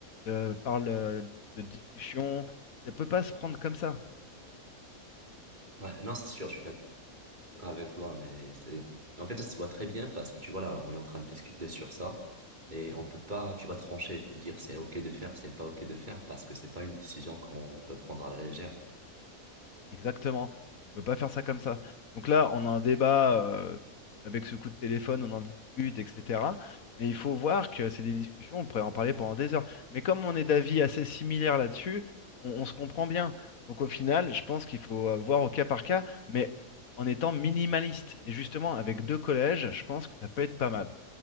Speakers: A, on the left; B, on the right.
A: de, par le- de discussion. Ça ne peut pas se prendre comme ça.
B: Ouais, non, c'est sûr, je suis d'accord avec toi, mais c'est, en fait, ça se voit très bien parce que tu vois, là, on est en train de discuter sur ça et on peut pas, tu vas trancher et dire c'est OK de faire, c'est pas OK de faire parce que c'est pas une décision qu'on peut prendre à la légère.
A: Exactement. On peut pas faire ça comme ça. Donc là, on a un débat euh, avec ce coup de téléphone, on en discute, etc. Mais il faut voir que c'est des discussions, on pourrait en parler pendant des heures. Mais comme on est d'avis assez similaires là-dessus, on, on se comprend bien. Donc au final, je pense qu'il faut euh, voir au cas par cas, mais en étant minimaliste. Et justement, avec deux collèges, je pense que ça peut être pas mal.